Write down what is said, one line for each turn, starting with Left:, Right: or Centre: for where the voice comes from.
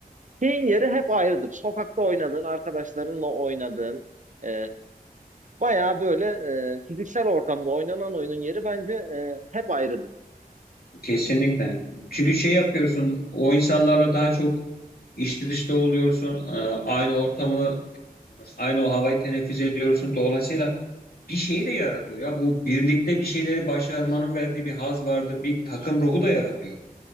Right: Şeyin yeri hep ayrıdır. Sokakta oynadığın, arkadaşlarınla oynadığın, e, bayağı böyle e, fiziksel ortamda oynanan oyunun yeri bence e, hep ayrıdır.
Left: Kesinlikle. Çünkü şey yapıyorsun o insanlarla daha çok içli dışlı oluyorsun. e, Aynı ortamı aynı o havayı teneffüs ediyorsun. Dolayısıyla bir şey de yaratıyor ya bu birlikte bir şeyleri başarmanın verdiği bir haz vardır. Bir takım ruhu da yaratıyor.